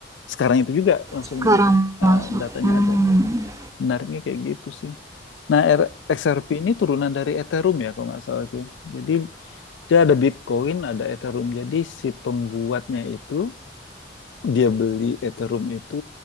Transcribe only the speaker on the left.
sekarang itu juga langsung
eh,
datanya
ada. Menariknya kayak gitu sih. Nah, R- XRP ini turunan dari Ethereum ya kalau nggak salah itu. Jadi dia ada Bitcoin, ada Ethereum. Jadi si pembuatnya itu dia beli Ethereum itu